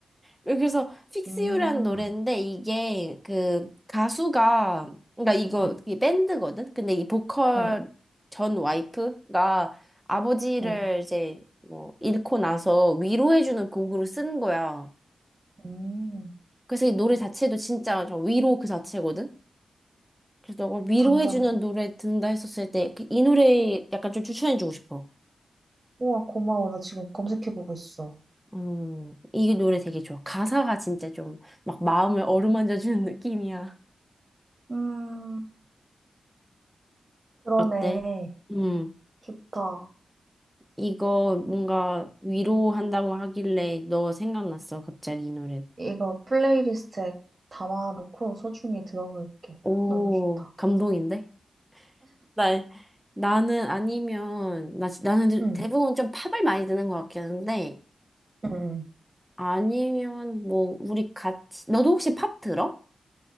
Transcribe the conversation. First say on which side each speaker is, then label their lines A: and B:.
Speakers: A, in the centre; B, on the right (about 40°).
A: 그래서 Fix
B: 음,
A: You라는 노래인데 이게 그 가수가 그러니까 이거
B: 응,
A: 이 밴드거든. 근데 이 보컬
B: 응,
A: 전 와이프가 아버지를
B: 응,
A: 이제 뭐 잃고 나서 위로해주는 곡으로 쓴 거야.
B: 음.
A: 그래서 이 노래 자체도 진짜 저 위로 그 자체거든. 그래서 너가 위로해주는
B: 당장,
A: 노래 듣는다 했었을 때 그 이 노래 약간 좀 추천해주고 싶어.
B: 우와, 고마워. 나 지금 검색해보고 있어.
A: 음, 이 노래 되게 좋아. 가사가 진짜 좀 막 마음을 어루만져주는 느낌이야.
B: 음, 그러네.
A: 어때? 음.
B: 좋다.
A: 이거 뭔가 위로한다고 하길래 너 생각났어, 갑자기 이 노래가.
B: 이거 플레이리스트에 담아놓고 소중히 들어볼게.
A: 오,
B: 너무 좋다.
A: 감동인데? 나, 나는 아니면, 나, 지- 나는
B: 응,
A: 대부분 좀 팝을 많이 듣는 것 같긴 한데,
B: 응, 응.
A: 아니면 뭐, 우리 같이, 너도 혹시 팝 들어?